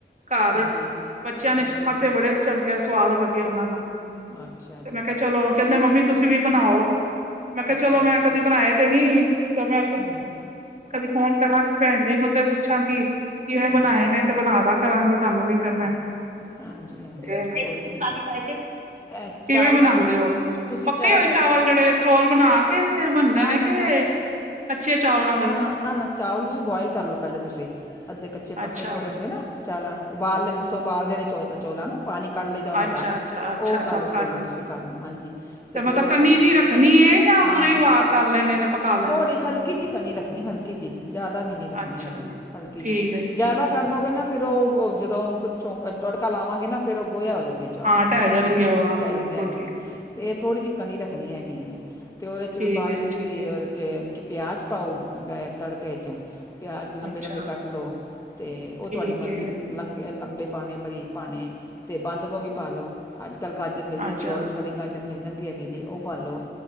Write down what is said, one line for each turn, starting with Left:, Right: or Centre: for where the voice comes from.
Right: ਘਰ
Left: ਹਾਂਜੀ
Right: ' <inaudible> ' ਬੱਚਿਆਂ ਨੇ
Left: ਹਾਂਜੀ
Right: ਖਾਂਦੇ
Left: ਹਾਂਜੀ
Right: ਬੜੇ ਚੰਗੇ ਆ ਸਵਾਦ ਲੱਗੇ ਉਹਨਾਂ ਨੂੰ 'ਤੇ
Left: ਅੱਛਾ ਜੀ
Right: ਮੈਂ ਕਿਹਾ ਚਲੋ, ਕਹਿੰਦੇ ਮੰਮੀ ਤੁਸੀਂ ਵੀ ਬਣਾਓ ਮੈਂ ਕਿਹਾ
Left: ਅੱਛਾ
Right: ਚਲੋ ਮੈਂ
Left: ਜੀ
Right: ਕਦੀ ਬਣਾਏ ਤੇ ਨੀ 'ਚ' ਮੈਂ
Left: ਹੂੰ
Right: ਕਦੀ ਫੋਨ ਕਰਾਂਗੀ ਭੈਣ ਜੀ ਨੂੰ ਤੇ ਪੁੱਛਾਂਗੀ ਕਿਵੇਂ
Left: ਹਾਂਜੀ
Right: ਬਣਾਏ ਨੇ 'ਤੇ ਬਣਾ ਦਾ ਕਰਾਂਗੀ ਤੁਹਾਨੂੰ ਵੀ ਫਿਰ ਮੈਂ ' <inaudible>
Left: ਹਾਂਜੀ ਹਾਂਜੀ
Right: '' <unintelligible>
Left: ਕੋਈ ਨਹੀਂ
Right: '
Left: ਇਹ ਚਾਵਲਾਂ
Right: ਕਿਵੇਂ ਬਣਾਉਂਦੇ
Left: ਨੂੰ ਤੁ-
Right: ਹੋ?
Left: ਤੁਸੀਂ
Right: ਪੱਕੇ
Left: ਚਾ
Right: ਹੋਏ ਚਾਵਲ ਜਿਹੜੇ ਚੋਲ ਭੁਣਾ ਕੇ ਬਨਦੇ
Left: ਨਾ
Right: ਨੇ
Left: ਨਾ
Right: ਕੇ ' <inaudible> ' ਕੱਚੇ ਚਾਵਲਾਂ ਦਾ ਹੀ
Left: ਨਾ-ਨਾ, ਨਾ ਚਾਵਲ ਤੁਸੀਂ ਬੋਆਇਲ ਕਰ ਲਓ ਪਹਿਲੇ ਤੁਸੀਂ ਅੱਧੇ ਕੱਚੇ-ਪੱਕੇ
Right: ਅੱਛਾ,
Left: ਥੋੜ੍ਹੇ ਹੁੰਦੇ ਨਾ ਚਾਲਾਂ ਨੂੰ ਉਬਾਲ ਲੇ ਜਿਸੋ ਉਬਾਲਦੇ ਨੇ ਚੌਲ-ਚੌਲਾਂ ਨੂੰ ਪਾਣੀ ਕੱਢ ਲਈਦਾ ਉਹਨਾਂ
Right: ਅੱਛਾ,
Left: ਦਾ,
Right: ਅੱਛਾ, ਅੱਛਾ,
Left: ਉਹ
Right: ਅੱਛਾ
Left: ਕਾਲ
Right: ਕਰ
Left: ਚੋਲਾਂ ਤੁਸੀਂ ਕੱਢ ਲਓ। ਹਾਂਜੀ ਅਤੇ
Right: ਤੇ
Left: ਫਿਰ
Right: ਮਤਲਬ ਕਨੀ ਜੀ ਰੱਖਣੀ ਹੈ ਜਾਂ
Left: ਹਾਂ,
Right: ਪੂਰੇ ਵਾ ਕਰ ਲੈਣੇ ਨੇ ਪਕਾ ਲੈਣੇ
Left: ਥੋੜ੍ਹੀ
Right: ਨੇ?
Left: ਹਲਕੀ ਜਿਹੀ ਕਨੀ ਰੱਖਣੀ ਹਲਕੀ ਜੀ ਜ਼ਿਆਦਾ ਵੀ ਨਹੀਂ ਰੱਖਣੀ
Right: ਅੱਛਾ
Left: ਹੈਗੀ,
Right: ਜੀ,
Left: ਹਲਕੀ
Right: ਠੀਕ
Left: ਜੀ,
Right: ਹੈ
Left: ਜ਼ਿਆਦਾ
Right: ਠੀਕ ਹੈ।
Left: ਕਰ ਦੋਗੇ ਨਾ ਫਿਰ ਉਹ ਜਦੋਂ ਤੜਕਾ ਲਾਵਾਂਗੇ ਨਾ ਫਿਰ ਉਹ ਗੋਇਆ ਹੋ ਜਾਣਗੇ। ਚਾਵਲ
Right: ਹਾਂ ਢਹਿ
Left: ਫਿਰ
Right: ਜਾਣਗੇ ਉਹ ਹਾਂ
Left: ਟਹਿ ਜਾਂਦੇ
Right: ਬਿਲਕੁਲ
Left: ਹੈਗੇ
Right: ਠੀਕ,
Left: ਨੇ, ਅਤੇ ਥੋੜ੍ਹੀ ਜਿਹੀ ਕਨੀ ਰੱਖਣੀ ਹੈਗੀ ਐ 'ਤੇ ਉਹਦੇ 'ਚ'
Right: ਠੀਕ
Left: ਬਾਅਦ
Right: ਹੈ ਜੀ,
Left: ਤੁਸੀਂ
Right: ਠੀਕ ਹੈ,
Left: ਉਹਦੇ 'ਚ' ਪਿਆਜ਼ ਪਾਓ। ਗ ਤੜਕੇ 'ਚ ਪਿਆਜ਼ ਲੰਬੇ-ਲੰਬੇ
Right: ਅੱਛਾ
Left: ਕੱਟ ਲਉ 'ਤੇ ਉਹ
Right: ਠੀਕ
Left: ਤੁਹਾਡੀ ਮਰਜ਼ੀ
Right: ਹੈ।
Left: ਲੰਗੇੇ ਲੰਬੇ ਪਾਣੇ ਬਰੀਕ ਪਾਣੇ 'ਤੇ ਬੰਦ ਗੋਭੀ ਪਾਲੋ ਅੱਜ-ਕੱਲ ਗਾਜਰ ਮਿਲ ਜਾਂਦੀ,
Right: ਅੱਛਾ,
Left: ਔਰੰਜ ਵਾਲੇ ਗਾਜਰ ਮਿਲ ਜਾਂਦੀ ਹੈਗੀ ਜੇ ਉਹ ਪਾ ਲਉ,